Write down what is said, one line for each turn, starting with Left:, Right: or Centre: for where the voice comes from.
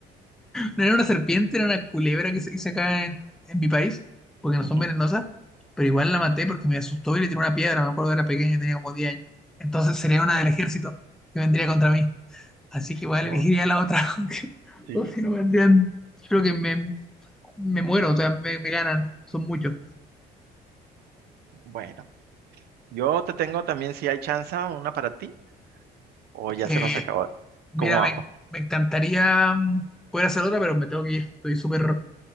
Centre: No era una serpiente, era una culebra que se dice acá en, en mi país, porque no
Right: ujú,
Centre: son venenosas, pero igual la maté porque me asustó y le tiré una piedra. Me acuerdo era pequeño, tenía como 10 años. Entonces sería una del ejército que vendría contra mí. Así que igual
Right: no,
Centre: elegiría la otra, <laughs>
Right: sí.
Centre: porque- o si no vendrían, yo creo que me, me muero, o sea, me, me ganan, son muchos.
Right: Bueno, yo te tengo también, si hay chance, una para ti, o ya
Centre: Eh,
Right: se nos acabó.
Centre: mira,
Right: ¿Cómo vamos?
Centre: me, me encantaría mm, poder hacer otra, pero me tengo que ir. Estoy súper...